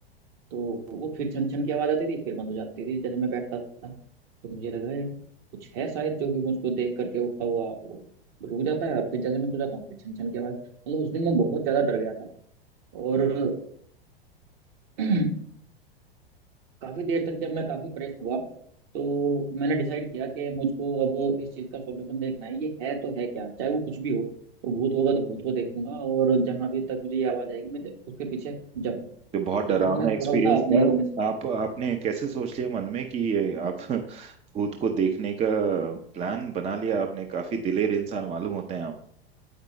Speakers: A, on the right; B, on the right.
A: तो वो फिर छन छन की आवाज आती थी फिर बंद हो जाती थी जैसे मैं बैठता था तो मुझे लगा यार कुछ है शायद जो कि मुझको देख करके उठा हुआ वो रुक जाता है और फिर जैसे मैं सो जाता हूँ फिर छन छन की आवाज मतलब उस दिन मैं बहुत ज्यादा डर गया था और <clears throat> काफी देर तक जब मैं काफी परेशान हुआ तो मैंने डिसाइड किया कि मुझको अब इस चीज का सॉल्यूशन देखना है ये है तो है क्या चाहे वो कुछ भी हो तो भूत होगा तो भूत को देखूंगा और जहां भी तक मुझे ये आवाज आएगी मैं ज- उसके पीछे जाऊंगा
B: तो बहुत डरावना
A: तो मैं थोड़ा
B: एक्सपीरियंस
A: उठा अपने
B: था
A: रूम में से
B: आप आपने कैसे सोच लिया मन में कि ये आप <laughs> भूत को देखने का प्लान बना लिया आपने काफी दिलेर इंसान मालूम होते हैं आप